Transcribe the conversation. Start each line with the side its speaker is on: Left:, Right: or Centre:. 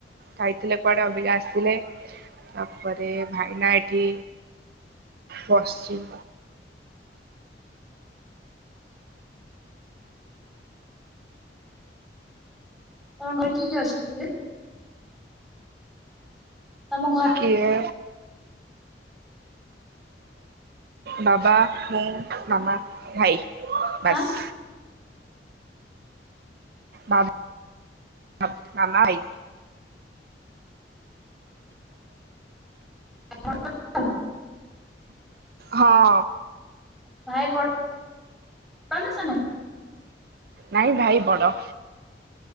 Right: ଯାଇଥିଲେ କୁଆଡେ ଅବିକା ଆସିଲେ। ତାପରେ ଭାଇନା ଏଠି ବସଚି।
Centre: ତୋମ ଘରେ କିଏ କିଏ ଅଛନ୍ତି? ତୋମ
Right: କିଏ ବାବା, ମୁଁ, ମାମା, ଭାଇ ବାସ୍।
Centre: ଆଁ
Right: ବା <inaudible> ମାମା, ଭାଇ।
Centre: <inaudible>
Right: ହଁ।
Centre: ଭାଇ ବଡ ତୋମେ ସାନ?
Right: ନାଇଁ ଭାଇ ବଡ।